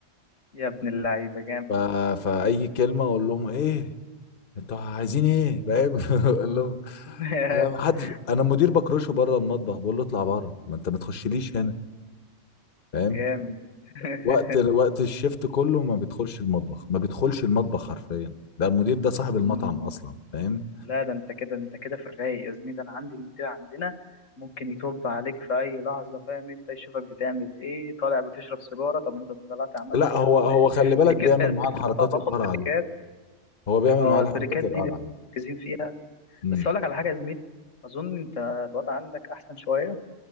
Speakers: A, on the left; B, on the left.
A: يا ابن اللعيبة جامد
B: ف... فاي كلمه اقول لهم ايه انتوا عايزين ايه فاهم <laughs> اقول لهم
A: <laughs>
B: انا ما حدش انا مدير بكرشه بره المطبخ بقول له اطلع بره ما انت ما تخشليش هنا فاهم
A: جامد <laughs>
B: وقت وقت الشفت كله ما بيدخلش المطبخ ما بيدخلش المطبخ حرفيا ده المدير ده صاحب
A: مم.
B: المطعم اصلا فاهم
A: لا ده انت كده انت كده في الرايق يا زميلي ده انا عندي المدير عندنا ممكن يطب عليك في اي لحظه فاهم انت يشوفك بتعمل ايه طالع بتشرب سيجاره طب انت طلعت عملت
B: لا
A: كام
B: هو هو خلي بالك
A: في
B: بيعمل
A: كده يا زميلي
B: معاه الحركات
A: اه باخد
B: القرعه
A: بريكات
B: دي هو بيعمل
A: اه
B: معاه الحركات
A: البريكات
B: القرعه
A: دي
B: دي
A: مركزين فيها
B: امم
A: بس اقول لك على حاجه يا زميلي اظن انت الوضع عندك احسن شويه